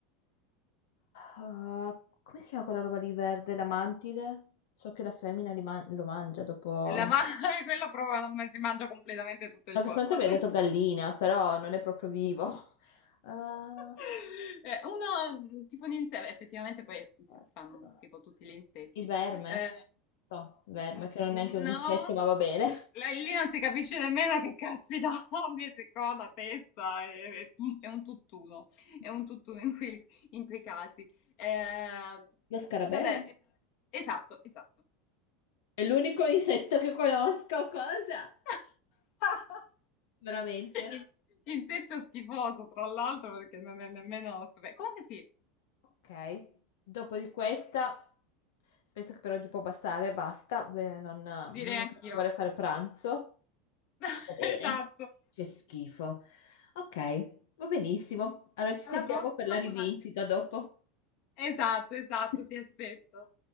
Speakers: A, on the left (about 75°); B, on the left (about 50°).
A: ah, come si chiama quella roba di verde? La mantide? So che la femmina li man- lo mangia dopo.
B: La ma- <laughs> quello proprio non si mangia completamente tutto
A: La
B: il
A: persona
B: corpo.
A: che mi
B: sì.
A: ha detto gallina, però non è proprio vivo. <laughs> Ah,
B: Eh, Uno, mh, tipo un insetto, effettivamente poi
A: insetto.
B: se ti fanno un po' schifo tutti gli insetti.
A: Il verme.
B: Eh,
A: No, verme,
B: mh,
A: che non è neanche un
B: no,
A: insetto, ma va bene.
B: là- lì non si capisce nemmeno che caspita <laughs> abbia se coda, testa, è, è- è un tutt'uno,
A: <laughs>
B: è un tutt'uno in quei, in quei casi. Eh,
A: Lo scarabeo?
B: davvero, eh, esatto, esatto.
A: È l'unico insetto che conosco, cosa?
B: <laughs>
A: Veramente?
B: Is- Insetto schifoso, tra l'altro, perché non è nemmeno... super- Comunque sì,
A: Ok, dopo di questa, penso che per oggi può bastare, basta, Beh, non, non
B: direi anch'io.
A: vorrei fare pranzo.
B: <laughs>
A: Va bene.
B: Esatto.
A: C'è schifo. Ok, va benissimo. Allora ci
B: Alla
A: sentiamo
B: prossima
A: per la rivincita
B: con altri quiz.
A: dopo.
B: Esatto, esatto,
A: <laughs>
B: ti aspetto.